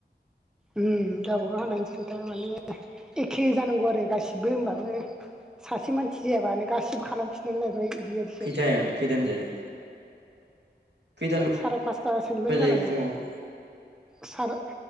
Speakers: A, in the centre; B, on the right.
A: उम गावबागाव हानाय खोथा माने एखे जानांगौ आरो गासिबो होमबाबो सासे मानसि जायाबानो गासिबो खालामफिननांलायबाय बिदि आरोसो
B: खैथायाव खैथानिफ्राय जायो खैथानिफ्राय
A: साराय पासतासोनिबानो जालाङो
B: जायो फुङाव
A: सार